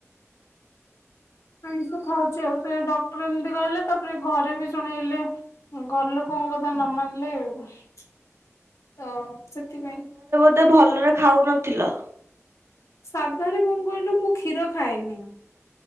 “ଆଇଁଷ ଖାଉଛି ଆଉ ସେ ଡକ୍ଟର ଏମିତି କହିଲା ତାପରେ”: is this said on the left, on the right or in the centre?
Left